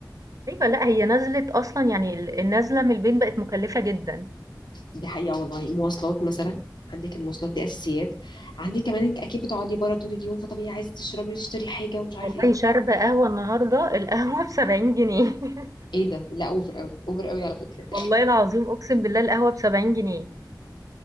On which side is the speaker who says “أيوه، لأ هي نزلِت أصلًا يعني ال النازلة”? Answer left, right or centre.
Right